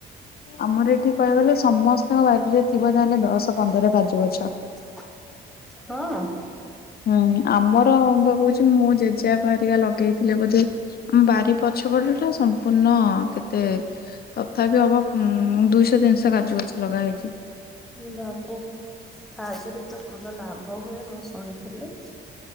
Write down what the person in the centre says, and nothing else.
ହଁ।
ଲେ ବାପରେ କାଜୁ ରେ ତ ଭଲ ଲାଭ ହୁଏ ମୁଁ ଶୁଣିଥିଲି।